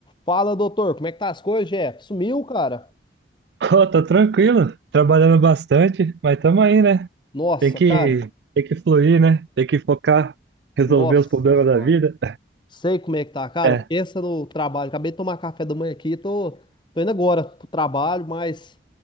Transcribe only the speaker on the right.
Pô, tô tranquilo, trabalhando bastante, mas tamo aí, né?
Tem que,
tem que fluir, né? Tem que focar, resolver
os problemas da
vida.
É,